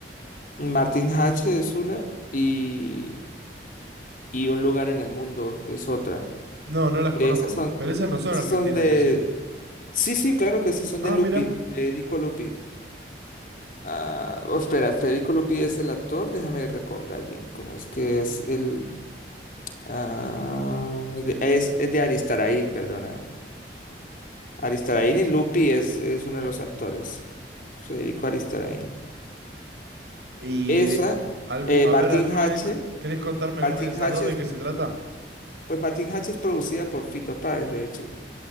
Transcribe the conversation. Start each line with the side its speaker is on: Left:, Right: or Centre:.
Left: Martin H es una y, y Un lugar en el mundo es otra.
Right: No, no las
Left: Esas
Right: conozco.
Left: son,
Right: Pero esas no son
Left: esas
Right: argentinas,
Left: son de...
Right: ¿o sí?
Left: Sí, sí, claro que sí, son
Right: Ah,
Left: de Lupi,
Right: mira.
Left: Federico Lupi. Ah, oh, espera, Federico Lupi es el actor, déjame recordar bien cómo es que es el... ah, de- es, es de Aristarain, perdona. Aristarain y Lupi es, es uno de los actores. Federico Aristarain.
Right: Y
Left: Esa,
Right: de, algu-
Left: eh,
Right: a
Left: Martin
Right: ver, alguna
Left: H.
Right: de, co- ¿querés contarme
Left: Martin
Right: alguna de esas
Left: H.
Right: dos de qué se trata?
Left: Pues Martin Hatch es producida por Fito Páez, de hecho.